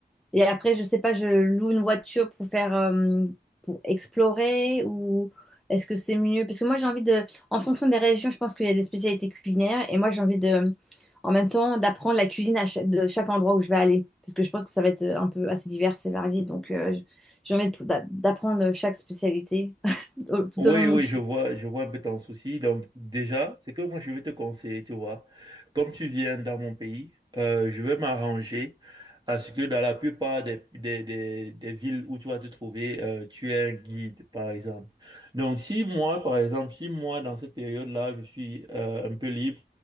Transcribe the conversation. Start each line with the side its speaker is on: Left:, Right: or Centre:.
Centre: Et après, je sais pas, je loue une voiture pour faire, euh, pour explorer ou est-ce que c'est mieux? Parce que moi, j'ai envie de, en fonction des régions, je pense qu'il y a des spécialités culinaires et moi, j'ai envie de, en même temps, d'apprendre la cuisine à cha- de chaque endroit où je vais aller. Parce que je pense que ça va être euh, un peu assez divers et varié. Donc, euh, j- j'ai envie de- d'a- d'apprendre chaque spécialité <laughs> tout
Right: Oui,
Centre: au long
Right: oui,
Centre: de
Right: je vois, je vois un peu ton souci. Donc, déjà, c'est que moi, je vais te conseiller, tu vois. Comme tu viens dans mon pays, euh, je vais m'arranger à ce que dans la plupart des, des, des, des villes où tu vas te trouver, euh, tu aies un guide, par exemple. Donc, si moi, par exemple, si moi, dans cette période-là, je suis euh, un peu libre,